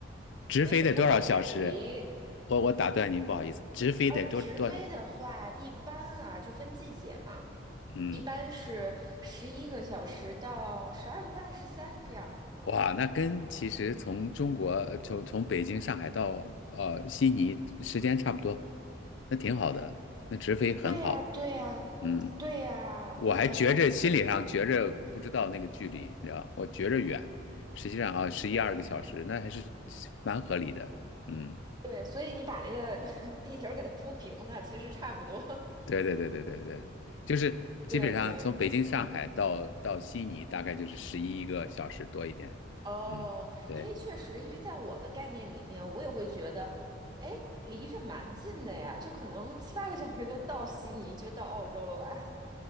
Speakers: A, on the left; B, on the right.
A: 直飞得多少小时？
B: 因为北上广深属于
A: 我我打断您，不好意思，直飞得多多少？
B: 呃直飞的话，一般啊就分季节嘛，
A: 嗯。
B: 一般是十一个小时到十二个半、十三这样。嗯，
A: 哇，那跟其实从中国呃从从北京、上海到呃悉尼时间差不多，那挺好的，那直飞很好。
B: 对呀，对呀，
A: 嗯，
B: 对呀，
A: 我还觉着心理上觉着不知道那个距离，
B: 呃，
A: 你知道，我觉着远，实际上啊十一二个小时，那还是蛮合理的。嗯，
B: 对，所以你把那个 <laughs> 地球给它铺平它，其实差不多。
A: 对对对对对对，就是基本上从北京、
B: <laughs> 对对。
A: 上海到到悉尼大概就是十一个小时多一点。
B: 哦，
A: 嗯，对。
B: 因为确实，因为在我的概念里面，我也会觉得，哎，离着蛮近的呀，就可能七八个小时就到悉尼，就到澳洲了吧？<laughs>